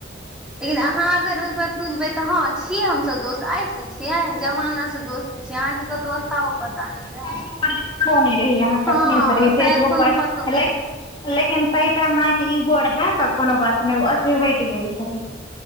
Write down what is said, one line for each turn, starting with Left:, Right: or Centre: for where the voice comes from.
Centre: लेकिन अहाँ अगर ओइ पर तुलबे त ह छीये हमसब दोस्त आ से छीये जमाना दोस्त छै आंहा के कतो थाहो पता नहि
Left: शायद
Centre: रहै
Left: ओकर जुटलो नहि रही अहाँ कखने
Centre: हँ
Left: से रही फेसबुक
Centre: शायद कोनो
Left: पर
Centre: पतो नहि
Left: लाक लेकिन तई टाइम में अहके ईगो रहा त कोनो बात नहि अथी हट गेल छलै